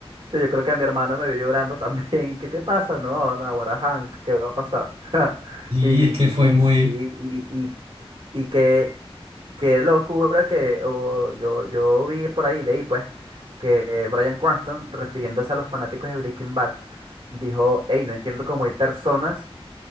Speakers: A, on the right; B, on the right.
A: sí, yo creo que mi hermano me vio llorando también. ¿Qué te pasa? No, no, ahora Hank, ¿qué va a pasar? <laughs>
B: Y
A: Y,
B: es que fue
A: y
B: muy,
A: sí, y, y, y qué, qué locura que oh, yo, yo vi por ahí, leí pues, que Bryan Cranston, refiriéndose a los fanáticos de Breaking Bad, dijo, hey, no entiendo cómo hay personas